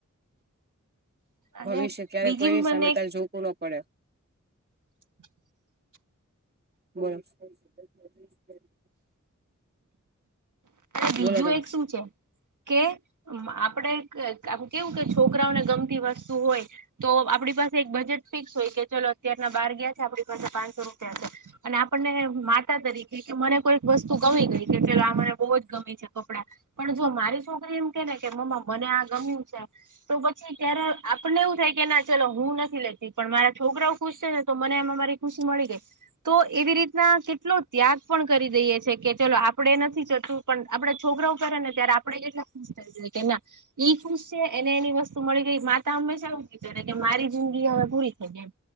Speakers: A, on the right (about 35°); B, on the right (about 90°).
A: <inaudible>
B: અને
A: ભવિષ્ય ક્યારે
B: બીજી
A: કોઈની
B: મને
A: સામે
B: એક
A: તારે જોવું ના પડે.
B: <unintelligible> <inaudible>
A: <inaudible>
B: બીજું
A: બોલો તમે
B: એક શું છે, કે આપડે આમ કેવું કે છોકરાઓને ગમતી વસ્તુ હોય, તો આપણી પાસે એક બજેટ ફિક્સ હોય કે ચાલો અત્યારના બાર ગયા છે આપણી પાસે પાંચસો રૂપિયા છે. અને આપણને માતા તરીકે કે મને કોઈક વસ્તુ ગમી ગઈ કે આ મને બહુ જ ગમી છે કપડા પણ જો મારી છોકરી એમ કે ને કે મમ્મા મને આ ગમ્યું છે. તો પછી ત્યારે આપણને એવું થાય કે ના ચલો હું નથી લેતી પણ મારા છોકરાઓ ખુશ છે ને તો મને આમાં મારી ખુશી મળી ગઈ. તો એવી રીતના કેટલો ત્યાગ પણ કરી દઈએ છે કે ચલો આપડે નથી જતું. પણ આપડા છોકરાઓ પહેરેને ત્યારે આપડે કેટલા ખુશ થઈ જઈએ કે ના ઈ ખુશ છે એને એની વસ્તુ મળી ગઈ. માતા હંમેશા એવું વિચારે કે મારી જિંદગી હવે પૂરી થઈ ગઈ એમ.